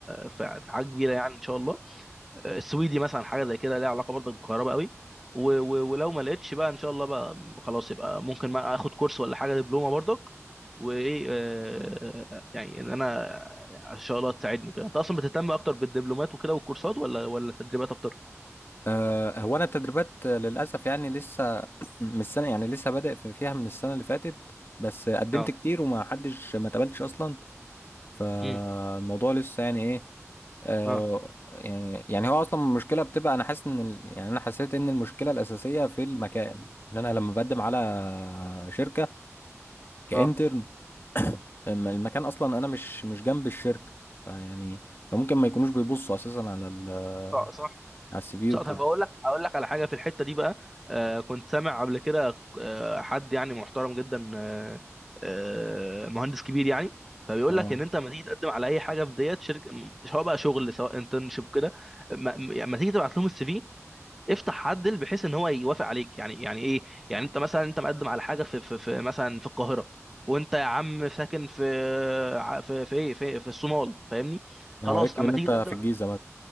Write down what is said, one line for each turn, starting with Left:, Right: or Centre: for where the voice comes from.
Centre: في في حاجه كبيره يعني ان شاء الله السويدي مثلا حاجه زي كده ليها علاقه برضه بالكهرباء قوي و- و- ولو ما لقيتش بقى ان شاء الله بقى خلاص يبقى ممكن ما اخد كورس ولا حاجه دبلومه برضك وايه آه، يعني ان انا ان شاء الله تساعدني كده انت اصلا بتهتم اكتر بالدبلومات وكده والكورسات ولا ولا التدريبات اكتر
Left: آه، هو انا التدريبات آه، للاسف يعني لسه من السنه يعني لسه بادئ في- فيها من السنه اللي فاتت بس آه، قدمت
Centre: اه
Left: كتير وما حدش ما اتقبلتش اصلا فالموضوع
Centre: امم
Left: لسه يعني ايه آه
Centre: اه
Left: يعني يعني هو اصلا المشكله بتبقى انا حاسس ان ال- يعني انا حسيت ان المشكله الاساسيه في المكان ان انا لما بقدم على شركه كانترن
Centre: اه
Left: أما المكان اصلا انا مش مش جنب الشركه فيعني فممكن ما يكونوش بيبصوا اساسا على ال- على
Centre: صح صح
Left: السي في
Centre: ص-
Left: وكده
Centre: طب اقول لك اقول لك على حاجه في الحته دي بقى آه كنت سامع قبل كده آه حد يعني محترم جدا آه آه مهندس كبير يعني فبيقول
Left: اه
Centre: لك ان انت لما تيجي تقدم على اي حاجه في ديت شركه م- سواء بقى شغل سواء انترنشيب كده ما- م- يعني لما تيجي تبعت لهم السي في افتح عدل بحيث ان هو يوافق عليك يعني يعني ايه يعني انت مثلا انت مقدم على حاجه في في, في مثلا في القاهره وانت يا عم ساكن في ع- في في ايه في, في الصومال فاهمني خلاص
Left: اه يكتب
Centre: اما
Left: ان
Centre: تيجي
Left: انت
Centre: تقدم
Left: في الجيزه
Centre: عليه